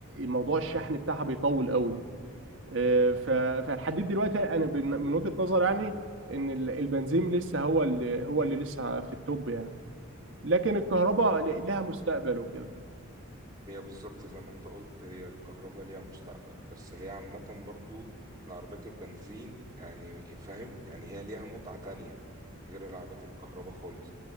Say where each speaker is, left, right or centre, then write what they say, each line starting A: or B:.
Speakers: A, on the right (about 60°); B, on the right (about 20°).
A: موضوع الشحن بتاعها بيطول قوي آه، ف- فلحد دلوقتي انا بن- من وجهه نظر يعني ان ال- البنزين لسه هو اللي هو اللي لسه في التوب يعني لكن الكهرباء لها مستقبل وكده
B: هي بالظبط زي ما انت قلت هي الكهرباء ليها مستقبل بس هي عامة برضو العربيات البنزين يعني فاهم يعني هي ليها متعة تانية غير العربيات الكهرباء خالص